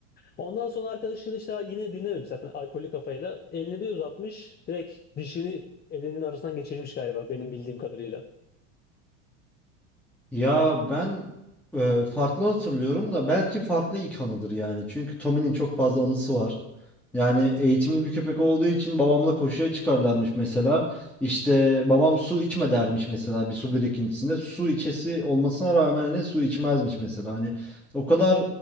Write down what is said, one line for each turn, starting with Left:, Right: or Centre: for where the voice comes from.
Left: Ondan sonra arkadaşı da işte yine dinlememiş zaten alkollü kafayla. Elini bir uzatmış. Direkt dişini elinin arasından geçirmiş galiba benim bildiğim kadarıyla.
Centre: Ya ben e, farklı hatırlıyorum da belki farklı ilk anıdır yani. Çünkü Tommy'nin çok fazla anısı var. Yani eğitimli bir köpek olduğu için babamla koşuya çıkarlarmış mesela. İşte babam su içme dermiş mesela bir su birikintisinde. Su içesi olmasına rağmen hani su içmezmiş mesela. Hani o kadar